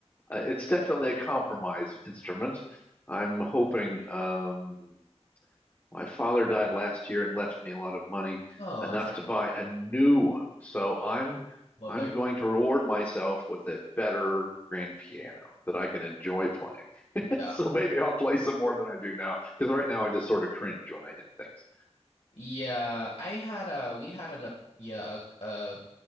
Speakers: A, on the left; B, on the left.
A: uh, it's definitely a compromise instrument. I'm hoping um, my father died last year and left me a lot of money,
B: Oh,
A: enough
B: I'm sorry.
A: to buy a new one. So I'm
B: Well,
A: I'm
B: there
A: going
B: you go.
A: to reward myself with a better grand piano that I can enjoy playing. <laughs>
B: Yeah.
A: So maybe I'll play some more than I do now, because right now I just sort of cringe when I hit things.
B: Yeah, I had a we had an a yeah, a,